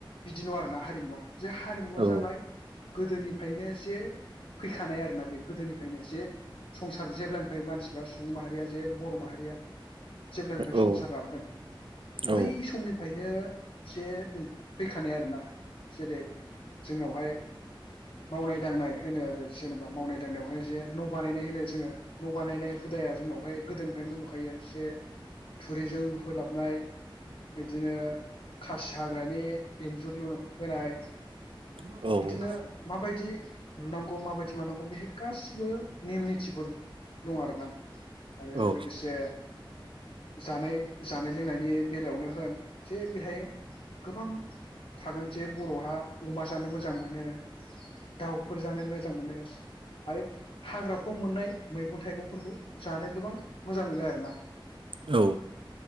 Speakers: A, on the left; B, on the right.
A: बिदि नङा आरोना हा मुवा जे हारिमुवा
B: औ
A: जाबाय गोदोनिफ्रायनो से फैखानाय आरोना बे गोदोनिफायनो जे संसार जेब्लानिफ्राय मानसिफ्रा सुबुं माहारिया जे बर माहा रिया जेब्लानिफाय
B: औ
A: संसार जाबदों
B: औ
A: बै समनिफाय नो जे फैखानाय आरोना जेरै जोंनावहाय मावनाय दांनाय होनो आरो जेने बा मावनाय‌ दांनायावहाय जे न' बानायनाय होनो दे जोङो न बानायनाय हुदाया जोंनावहाय गोदोनिफायनो दंबोखायो जे थुरिजों होलाबनाय, बिदिनो खासि हाग्रानि इन्जुर लु होनाय।
B: औ
A: बिदिनो माबायदि लुनांगौ माबायदि मानांगौ बेहाय गासिबो नेम निथिफोर दं आरोना। आरो
B: औ
A: लोगोसे जानाय जानाय लोंनायनि बेलायावनो होन जे बेहाय गोबां थागोन जे बर'हा अमा जानो मोजां मोनो। दाउफोर जानो मोजां मोनो आरो हाग्रा खौ मोननाय मैगं थाइगंफोरखौ जानो गोबां मोजां मोनो आरो ना।
B: औ